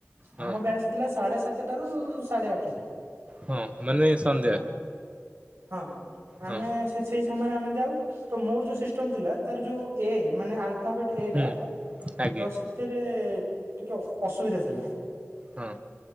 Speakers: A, on the right (about 25°); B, on the right (about 65°).
A: ହଁ
B: ଆମ ବ୍ୟାଚ ଥିଲା ସାଢ଼େ ସାତଟା ରୁ ସାଢ଼େ ଆଠଟା।
A: ହଁ ମାନେ ସନ୍ଧ୍ୟା।
B: ହଁ ହଁ ଆମେ
A: ହଁ
B: ସେ ସେଇ ସମୟରେ ଆମେ ଯାଉ ତ ମୋର ଯୋଉ ସିଷ୍ଟମ୍ ଥିଲା ତାର ଯୋଉ ଏ ମାନେ ଆଲ୍ଫାବେଟ୍ ଏ
A: ହୁଁ
B: ଟା
A: ଆଜ୍ଞା
B: ତ ସେଥିରେ ଟିକେ ଅସୁବିଧା ଥିଲା
A: ହଁ